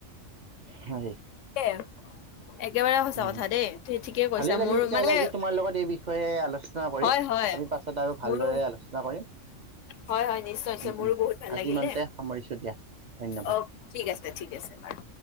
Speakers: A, on the right (about 45°); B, on the left (about 70°).
A: হয়।
B: দে একেবাৰে সঁচা
A: উম
B: কথা দেই ঠিকে
A: ভালেই
B: কৈছা
A: লাগিল
B: মোৰ
A: তেতিয়াহ'লে
B: মানে
A: আজি তোমাৰ লগত এই বিষয়ে আলোচনা কৰি
B: হয় হয়
A: আমি পাছত আৰু ভালদৰে
B: মোৰো
A: আলোচনা কৰিম।
B: হয় হয় নিশ্চয় নিশ্চয়
A: উম
B: মোৰো
A: উম
B: বহুত ভাল
A: আজি
B: লাগিলে।
A: ইমানতে সামৰিছোঁ দিয়া ধন্যবাদ
B: অ ঠিক আছে ঠিক আছে বাৰু।